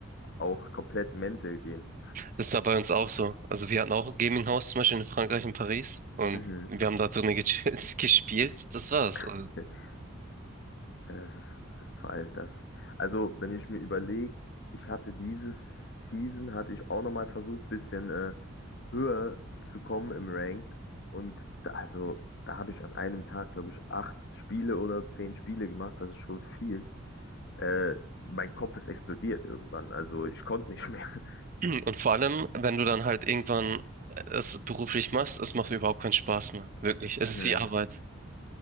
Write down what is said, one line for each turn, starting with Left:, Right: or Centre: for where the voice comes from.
Left: auch komplett mental gehen.
Right: das war bei uns auch so. Also wir hatten auch ein Gaming-Haus zum Beispiel in Frankreich, in Paris. Und
Left: Mhm.
Right: wir haben da drinnen gechillt, <laughs> gespielt. Das war's. Also,
Left: <laughs> Das ist vor allem das. Also, wenn ich mir überlege, ich hatte dieses Season, hatte ich auch nochmal versucht, bisschen äh, höher zu kommen im Ranked. Und da, also, da habe ich an einem Tag, glaube ich, acht Spiele oder zehn Spiele gemacht. Das ist schon viel. Äh, mein Kopf ist explodiert irgendwann. Also, ich konnte nicht mehr. <laughs>
Right: Und vor allem, wenn du dann halt irgendwann äh, es beruflich machst, es macht überhaupt keinen Spaß mehr. Wirklich. Es
Left: Mhm.
Right: ist wie Arbeit.